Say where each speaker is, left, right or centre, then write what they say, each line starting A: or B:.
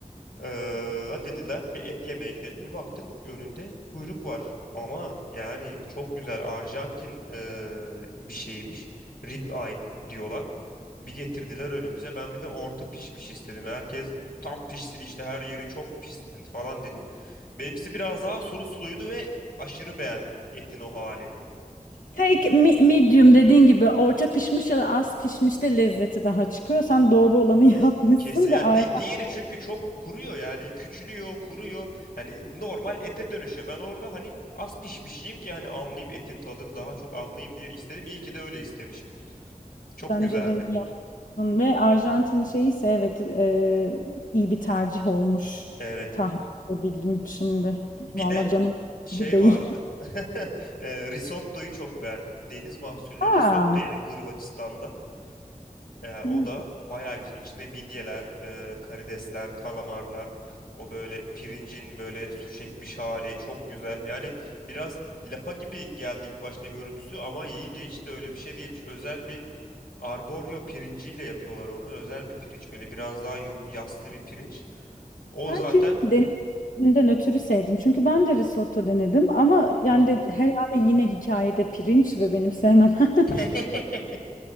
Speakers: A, on the left; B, on the left.
A: Ee, dediler bir et yemeye gidelim. Bir baktık önünde kuyruk var. Ama yani çok güzel Arjantin ee, bir şeymiş. Rib eye diyorlar. Bir getirdiler önümüze. Ben bir de orta pişmiş istedim. Herkes tam pişsin işte her yeri çok pişsin falan dedi. Benimkisi biraz daha sulu suluydu ve aşırı beğendim etin o halini.
B: Fake mi- medium dediğin gibi orta pişmiş ya da az pişmiş de lezzeti daha çıkıyor. Sen doğru olanı <laughs> yapmışsın
A: Kesin ya
B: ve ayrı
A: di- diğeri çünkü çok kuruyor yani küçülüyor kuruyor hani normal ete dönüşüyor ben orada hani az pişmiş yiyeyim ki hani anlayayım etin tadını daha çok anlayayım diye istedim iyi ki de öyle istemişim çok
B: bence
A: güzeldi
B: de iyi Ve Arjantin şeyi ise evet e, iyi bir tercih olmuş
A: evet
B: tahmin edebildim şimdi.
A: bir
B: Valla
A: de
B: canım
A: şey
B: sıkıldı değil.
A: vardı <laughs> Eee risottoyu çok beğendim deniz mahsullü
B: <laughs> Aa,
A: risotto yedim Hırvatistan'da Ee, o
B: Hı.
A: da bayağı güzel. İçinde midyeler, e, karidesler, kalamarlar. O böyle pirincin böyle su çekmiş hali çok güzel. Yani biraz lapa gibi geldi ilk başta görüntüsü ama yiyince hiç de öyle bir şey değilmiş. Özel bir arboryo pirinciyle yapıyorlar onu. Özel bir pirinç böyle biraz daha yu- yassı bir pirinç. O
B: belki
A: zaten...
B: denediğimden ötürü sevdin. Çünkü ben de risotto denedim ama yani
A: Hı hı.
B: de herhalde yine hikayede pirinç ve benim sevmem. <laughs>
A: <laughs>